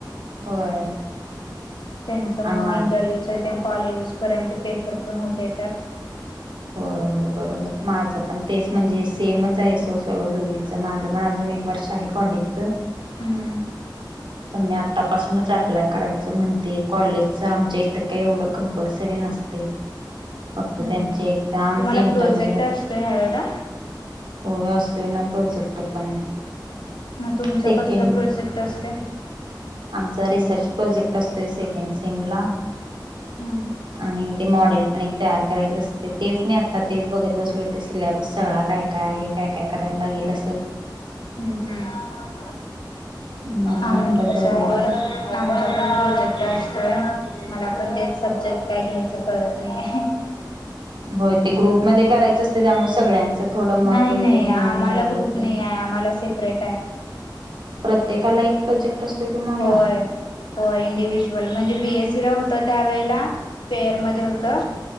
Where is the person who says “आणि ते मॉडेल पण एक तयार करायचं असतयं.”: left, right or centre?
Right